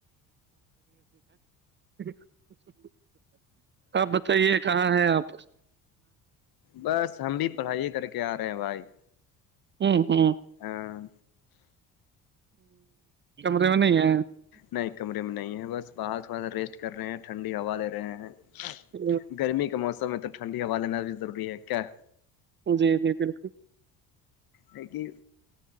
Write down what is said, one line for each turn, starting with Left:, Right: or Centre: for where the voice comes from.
Right: <inaudible> آپ بتائیے کہاں ہے آپ
Left: بس ہم بھی پڑھائی کر کے آ رہے ہیں بھائی
Right: ہوں
Left: ہاں
Right: کمرے میں نہیں ہے
Left: نہیں کمرے میں نہیں ہے بس باہر تھوڑا سا ریسٹ کر رہے ہیں ٹھنڈی ہوا لے رہے ہیں
Right: ا
Left: گرمی کے موسم میں تو ٹھنڈی ہوا لینا بھی ضروری ہے کیا
Right: جی جی بالکل
Left: ہے کہ